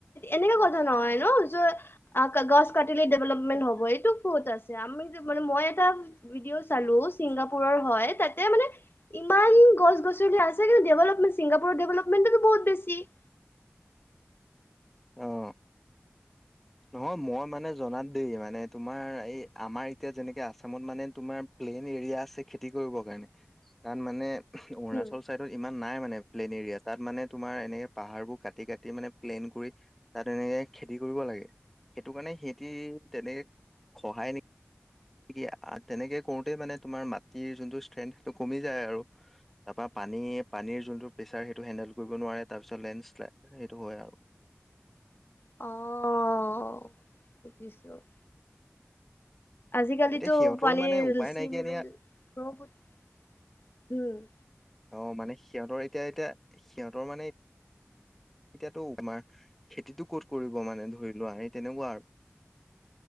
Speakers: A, on the left; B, in the centre.
A: এনেকা কথা নহয় ন' য গছ কাটিলে ডেভলপমেন্ট হ'ব এইটো ক'ত আছে আমি মানে মই এটা ভিডিঅ' চালো ছিংগাপুৰৰ হয় তাতে মানে ইমান গছ -গছনি আছে কিন্তু ডেভলপমেণ্ট ছিংগাপুৰত ডেভলপমেণ্টটো বহুত বেছি <inaudible>
B: অহ নহয় মই মানে জনাত দেই মানে তোমাৰ এই আমাৰ এতিয়া যেনেকে আছামত মানে তোমাৰ প্লেন এৰিয়া আছে খেতি কৰিবৰ কাৰণে তাত মানে অৰুণাচল
A: উম,
B: চাইদৰ ইমান নাই মানে প্লেইন এৰিয়া তাত মানে তোমাৰ এনেকে পাহাৰ বোৰ কাটি -কাটি মানে প্লেইন কৰি তাত এনেকে খেতি কৰিব লাগে সেইটো কাৰণে সিহঁতি তেনেকে খহায় নি কি তেনেকে কৰোতে মানে তোমাৰ মাটিৰ যোনটো ষ্ট্ৰেংথ সেইটো কমি যায় আৰু তাৰপা পানী- পানীৰ যোনটো প্ৰেচাৰ সেইটো হেণ্ডেল কৰিব নোৱাৰে তাৰ পিছত লেণ্ড শ্লাইড সেইটো হয় আও।
A: <inaudible> অহ <unintelligible> আজিকালিটো
B: এতিয়া সিহঁতৰো
A: পানীৰ
B: মানে উপায়
A: চিলেবেল
B: নাইকিয়া নিয়া
A: ব্ৰহ্মপু <unintelligible> হম
B: অহ, মানে সিহঁতৰ এতিয়া -এতিয়া সিহঁতৰ মানে এতিয়াতো তোমাৰ খেতিটো ক'ত কৰিব মানে ধৰি লোৱা সেই তেনেকুৱা আৰ